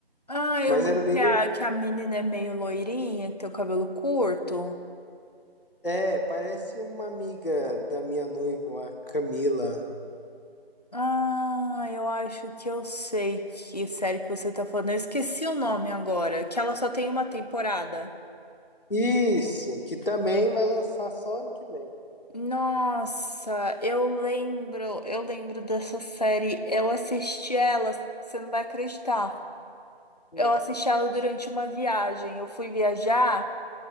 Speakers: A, on the left; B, on the left.
A: Ah, eu
B: Mas era bem.
A: que a, que a menina é meio loirinha, tem o cabelo curto.
B: É, parece uma amiga da minha noiva, a Camila.
A: Ah, eu acho que eu sei que série que você tá falando. Eu esqueci o nome agora, que ela só tem uma temporada.
B: Isso, que também vai lançar só ano que vem.
A: Nossa, eu lembro, eu lembro dessa série. Eu assisti ela, você não vai acreditar.
B: Sim.
A: Eu assisti ela durante uma viagem. Eu fui viajar